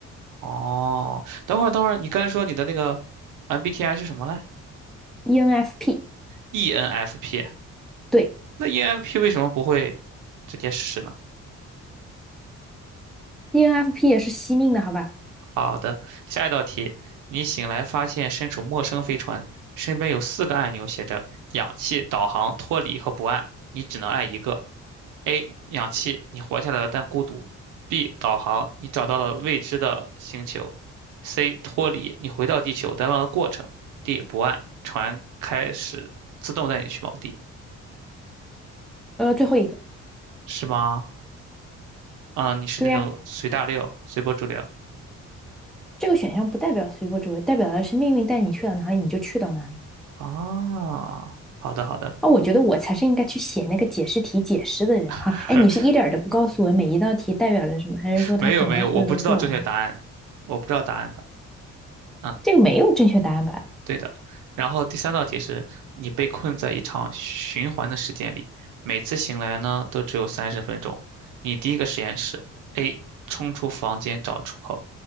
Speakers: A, on the right; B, in the centre.
A: 哦，等会儿等会儿，你刚才说你的那个 MBTI 是什么来
B: ENFP，
A: ？ENFP，
B: 对
A: 那 ENFP 为什么不会直接试呢？
B: ，ENFP 也是惜命的，好吧？
A: 好的，下一道题，你醒来发现身处陌生飞船，身边有四个按钮写着氧气、导航、脱离和不按，你只能按一个。A. 氧气，你活下来了但孤独；B. 导航，你找到了未知的星球；C. 脱离，你回到地球但忘了过程；D. 不按，船开始自动带你去某地，
B: 呃，最后一个，
A: 是吗？嗯，你是那种随大溜、
B: 对呀、
A: 随波逐流
B: 这个选项不代表随波逐流，代表的是命运带你去到哪里你就去到哪里。
A: 啊？好的，好的。
B: 啊，我觉得我才是应该去写那个解释题解释的人哈。
A: <laughs>
B: 哎，你是一点儿都不告诉我每一道题代表着什么，还是说他等到所有都做完？
A: 没有没有，我不知道正确答案，我不知道答案的。嗯，
B: 这个没有正确答案吧？
A: 对的。然后第三道题是你被困在一场循环的时间里，每次醒来呢都只有三十分钟。你第一个实验是 A 冲出房间找出口